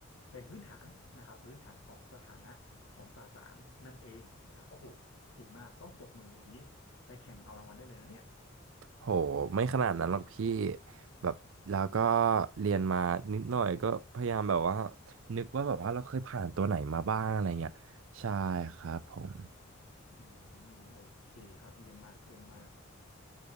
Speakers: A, on the left; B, on the right.
A: เป็นพื้นฐานนะครับพื้นฐานของสถานะของสสารนั่นเองนะครับโอ้โหเก่งมากต้องปรบมืออย่างนี้ไปแข่งเอารางวัลได้เลยนะเนี่ย
B: โหไม่ขนาดนั้นหรอกพี่แบบแล้วก็เรียนมานิดหน่อยก็พยายามแบบว่านึกว่าแบบว่าเราเคยผ่านตัวไหนมาบ้างอะไรเงี้ยใช่ครับผม
A: อืมโอเคครับเยี่ยมมากเยี่ยมมาก